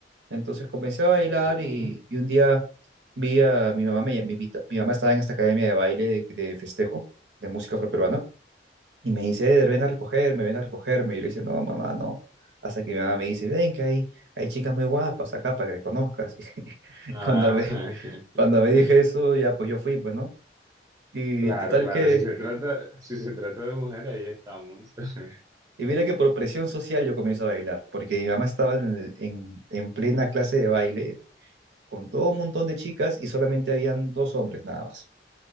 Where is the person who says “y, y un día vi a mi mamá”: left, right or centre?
Right